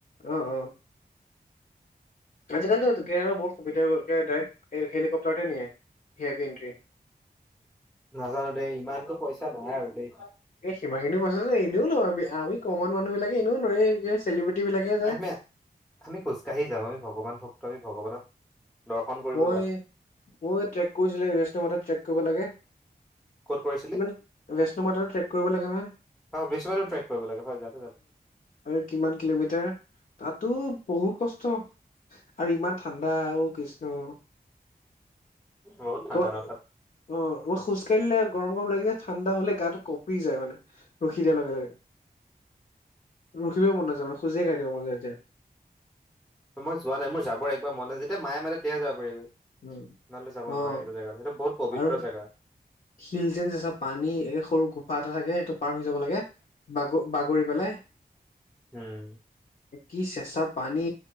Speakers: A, on the left; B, in the centre.
A: অ', অ'। আজিকালিতো কে বহুত সুবিধা হৈ গ'ল। ডাইৰেক্ট এই হেলিকপ্টাৰতহে নিয়ে, কেবিনটোয়ে।
B: নাজানো দেই, ইমানতো পইচা নহয় আৰু দেই।
A: এই, সিমান খিনি পইচা যে এনেও নোৱাৰো আমি। আমি কমন মানুহ বিলাকে এনেও নোৱাৰিম, এই চেলিব্ৰিটিবিলাকেহে যায়।
B: আমি আমি খোজ কাঢ়ি যাম। আমি ভগৱান ভক্ত, আমি ভগৱানক দৰ্শন কৰিবলৈ
A: মই
B: যাম।
A: মই ট্ৰেক কৰিছিলোঁ এ বেচ টাইমতে ট্ৰেক কৰিব লাগে।
B: ক'ত কৰিছিলি
A: কিমান নেক্সট টাইমত ট্ৰেক কৰিব লাগে অ'।
B: অ বিষ্ণুপাটো ট্ৰেক কৰিব লাগে হয় জানো জানো
A: আৰু কিমান কিলোমিটাৰ, তাতো বহুত কষ্ট। আৰু ইমান ঠাণ্ডা, অ' কৃষ্ণ!
B: বহুত ঠাণ্ডা
A: ক
B: ন' তাত।
A: অ', মই খোজকাঢ়িলে গৰম গৰম লাগি যায়। ঠাণ্ডা হ'লে গাটো কঁপি যায় মানে। ৰখি দিয়াৰ লগে লগে ৰখিবই মন নাযায় মানে, খোজ কাঢ়ি থাকিব মন যায় তেতিয়া।
B: মই যোৱা নাই, মোৰ যাব একেবাৰে মন নাযায়। যেতিয়া মায়ে মাতে, তেতিয়াহে যাব পাৰিবি।
A: উম
B: নহ'লে যাব নোৱাৰে
A: অ
B: সেইটো জেগাত। সেইটো বহুত পবিত্ৰ
A: আৰু
B: জেগা।
A: শিল, যেনে পানী, একে সৰু গুফা এটা থাকে, সেইটো পাৰ হৈ যাব লাগে বাগৰ বাগৰি। পেলাই।
B: উম।
A: কি চেঁচা পানী